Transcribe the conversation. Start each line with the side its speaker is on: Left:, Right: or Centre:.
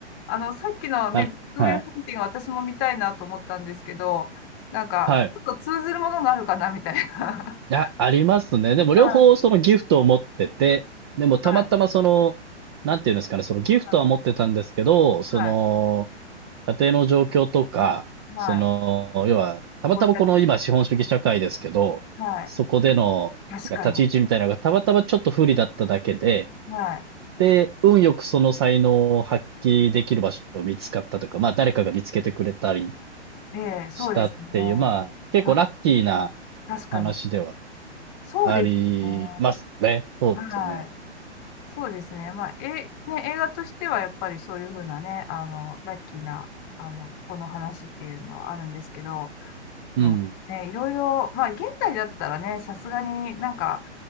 Left: あの、さっきのね、
Right: あ、
Left: グッドウィルハンティング私も見たいなと思ったんですけど、
Right: はい。
Left: なんか、
Right: はい。
Left: ちょっと通ずるものがあるかな、みたいな。<laughs>
Right: いや、ありますね。でも両方そのギフトを持ってて、
Left: はい、
Right: でもたまたまその、
Left: はい、
Right: なんていうんですかね、そのギフトは持ってたんですけど、
Left: はい、
Right: その、
Left: はい、
Right: 家庭の状況とか、
Left: はい、
Right: その、要は、たまたまこの今資本主義社会ですけど、
Left: ご自宅はい、
Right: そこでの、
Left: 確かに、
Right: なんか立ち位置みたいなのがたまたまちょっと不利だっただけで、
Left: は
Right: で、運よくその才能を発揮できる場所を見つかったというか、まあ誰かが見つけてくれたり
Left: い、ええ、そうですね。
Right: したっていう、まあ結構ラッキーな
Left: はい確かに、
Right: 話では
Left: そうですね。
Right: ありますよね。そうですよね。
Left: はい。そうですね。まあ、え、ね、映画としてはやっぱりそういうふうなね、あの、ラッキーな、あの、この話っていうのはあるんですけど、
Right: うん。
Left: まあ、ね、いろいろ、まあ、現代だったらね、さすがになんか、